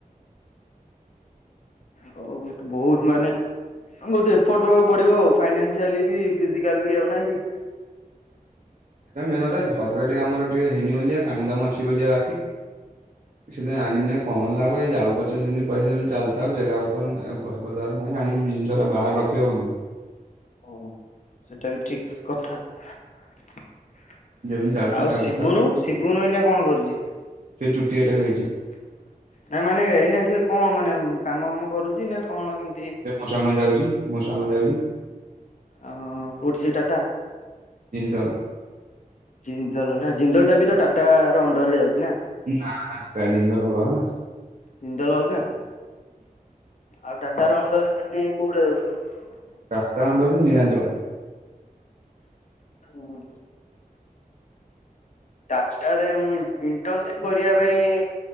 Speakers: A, on the left; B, on the right.
A: ହଁ ବୋହୁତ ମାନେ ବୋହୁତ ଏଫର୍ଟ ଦେବାକୁ ପଡିବ ଆଉ। ଫାଇନାନ୍ସିଆଲି ବି ଫିଜିକାଲି ବି ଆଉ ନାଇଁ କି?
B: ସେଟା ମେନ୍ କଥା ଘରଟା ଟିକେ ଆମର ଟିକେ ହେଇନି ବୋଲି କାମ ଦାମ ଅଛି ବୋଲି ବାକି। ସେଥିପାଇଁ ଆଣିନି ଆଉ କଣ ଲାଭ ଏଇ ଯାଉ ପଛେ ସେମିତି ପଇସା ସେମିତି ଚାଲିଥାଉ ଜେଗା ପତର ନା ଏଘର ଦ୍ୱାର ନାହିଁ ଆଣିକି ଜିନିଷରା ବାହାରେ ରଖି ହବ କି।
A: ଓହୋ ସେଟା ବି ଠିକ କଥା। <inaudible> <inaudible>
B: ଯେମିତି ଚାଲିଚି
A: ଆଉ
B: ଚାଲିଥାଉ
A: ଶିବୁନୁ ଶିବୁନୁ ଏଇନା କଣ କରୁଛି।
B: ସେ ଚୁଟି କାଟିବାକୁ ଯାଇଚି।
A: <inaudible> ଏ ମାନେ ଏଇନା ସ କଣ ମାନେ କାମ କାମ କରୁଛି ନା କଣ କେମି
B: ସେ ମୋ ସାଙ୍ଗ ଯାଉଛି ମୋ ସାଙ୍ଗ ଯାଉଛି।
A: ଓ କୋଉଠି ସେଇ ଟାଟା
B: ଜିନ୍ଦଲ
A: ଜିନ୍ଦଲ ନା ଜିନ୍ଦଲ ଟା ବି ତ ଟାଟାର ଅଣ୍ଡରରେ ଯାଉଛି। ନା
B: ନା ନା ଜିନ୍ଦଲ ଅଲଗା ନା
A: ଜିନ୍ଦଲ ଅଲଗା? ଆଉ ଟାଟାର ଅଣ୍ଡରରେ ତାହେଲେ କଉଟା ଯାଉଛି?
B: ଟାଟା ଅଣ୍ଡରରେ ନିରାଞ୍ଚଳ
A: ହୁଁ। ଟାଟାରେ ମୁଁ ଇ ଇଣ୍ଟର୍ନସିପ୍ କରିବା ପାଇଁ